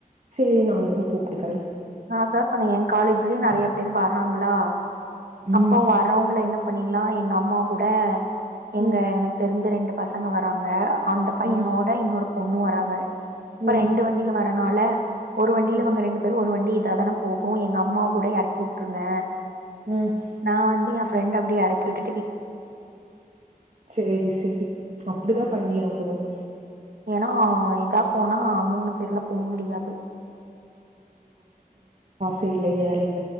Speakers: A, on the right; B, on the right.
A: செரி நா அங்கு இந்த கூப்பிட்டு
B: நா தா சொன்னே எ காலேஜ்லயு நெறைய பேர் வர்ராங்களா
A: ம்
B: அப்போ வரவங்கள என்ன பண்ணிடலாம் எங்க அம்மா கூட எங்க
A: ம்
B: எனக்கு தெரிஞ்ச ரெண்டு பச பசங்க வராங்க அந்த பையனோட
A: ம்
B: இன்னொரு பொண்ணு வராங்க அப்ப
A: ம்
B: ரெண்டு வண்டியில வர அதனால ஒரு வண்டியிலவங்க
A: ம்
B: ரெண்டு பேர் ஒரு வண்டி இத தானே போகும் எங்க அம்மா கூட எறக்கி உட்டுருங்க
A: ம்
B: நா வந்து எ ஃபிரெண்ட அப்டியே எறக்கி விட்
A: செரி செரி அப்டி தா பண்ணி ஆகணும்
B: ஏனா இதா போனா மூணு பேருல போ முடியா
A: தெரில <unintelligible>